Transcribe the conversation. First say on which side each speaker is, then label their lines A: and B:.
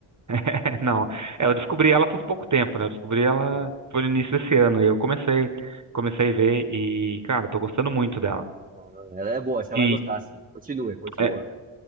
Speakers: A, on the right; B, on the right.
A: <laughs> Não, é, eu descobri ela faz pouco tempo, né? Eu descobri ela
B: Tá ligado?
A: foi no início desse ano, e eu comecei, comecei a ver e, cara, tô gostando muito dela.
B: Ah, Ela é boa, você
A: E...
B: vai gostar, sim. Continua, continua,
A: é,
B: cara.